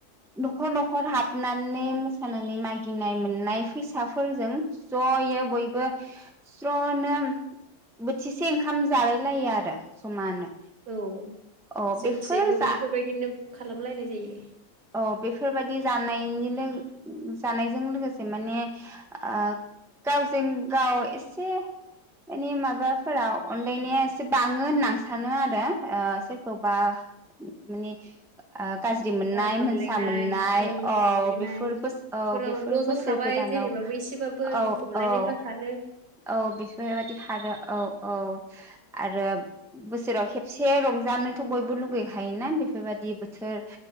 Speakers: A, in the centre; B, on the right.
A: न' खर न'खर हाबनानै मोसानानै मागिनाय मोननाय फैसा फोरजों जयै बयबो ज्नो बोथिसे ओंखाम जालायलायो आरो जमानो।
B: औ
A: औ
B: जोंस
A: बेफोर
B: बो
A: जा
B: बिफोर बायदिनो नो खालामलायनाय जायो।
A: अ बेफोरबादि जानायनि लों जानायजों लोगोसे माने ओ गावजों गाव एसे माने माबा फोराव अनलायनाया एसे बाङो होनना सानो आरो ओ सोरखौबा माने ओ गाज्रि मोननाय
B: गाज्रि मोनलायनाय
A: मोनसा मोननाय
B: ओं दुखु
A: औ
B: मोनलायनाय
A: बेफोर बोस औ
B: फोराव
A: बेफोर
B: ज'
A: बोसोर
B: ज' थाबाय
A: गोदानाव
B: जेरैबाबो एसेबाबो
A: औ
B: दुखु मोनलायनायफ्रा
A: औ
B: खारो।
A: औ बेफोरबायदि खारो औ औ आरो रो बोसोराव खेबसे रंजानोथ' बयबो लुगै खायोना बेफोरबादि बोथोर